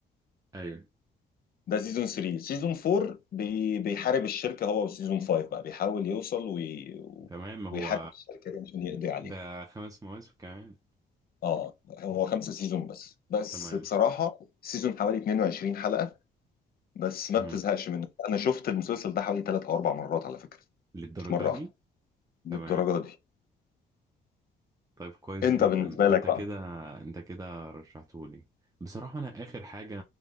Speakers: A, on the right (about 15°); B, on the left (about 50°).
A: ايوه
B: ده سيزون 3 سيزون 4 بي... بيحارب الشركه هو وسيزون 5 بقى بيحاول يوصل وي...
A: تمام هو
B: ويحارب الشركه دي عشان يقضي عليها
A: ده خمس مواسم كمان
B: اه هو خمسة سيزون بس بس
A: تمام
B: بصراحة سيزون حوالي 22 حلقة بس ما
A: امم
B: بتزهقش منه انا شفت المسلسل ده حوالي ثلاث او اربع مرات على فكرة
A: للدرجة
B: مش مرة
A: دي
B: واحدة للدرجه
A: تمام
B: دي
A: طيب كويس
B: انت
A: جدا
B: بالنسبه
A: انت
B: لك
A: كده
B: بقى
A: انت كده رشحتهولي بصراحة انا اخر حاجة